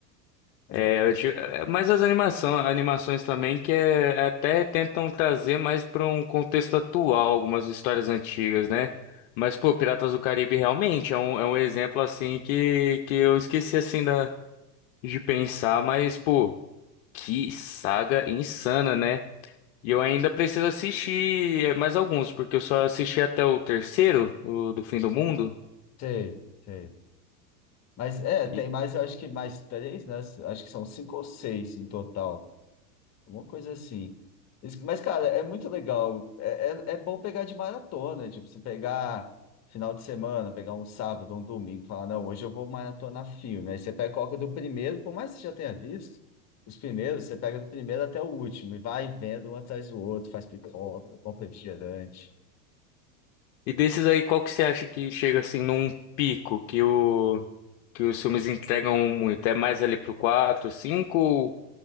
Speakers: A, on the left (about 30°); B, on the left (about 55°).
A: Mas
B: é,
A: agora...
B: eu ti- é, mas as animação, animações também que é, até tentam trazer mais para um contexto atual algumas histórias antigas, né? Mas, pô, Piratas do Caribe realmente é um, é um exemplo assim que, que eu esqueci assim da, de pensar, mas, pô, que saga insana, né? E eu ainda preciso assistir eh, mais alguns, porque eu só assisti até o terceiro, o do Fim do Mundo.
A: Sei, sei. Mas é, tem
B: E,
A: mais, eu acho que mais três, né? Acho que são cinco ou seis no total. Uma coisa assim. Isso- Mas, cara, é muito legal. É, é, é bom pegar de maratona, tipo, você pegar final de semana, pegar um sábado, um domingo, falar, não, hoje eu vou maratonar filme. Aí você pega, coloca do primeiro, por mais que você já tenha visto, os primeiros, você pega do primeiro até o último e vai vendo um atrás do outro, faz pipoca, compra refrigerante.
B: e desses aí, qual que você acha que chega assim num pico que o que os filmes entregam um muito? É mais ali pro quatro cinco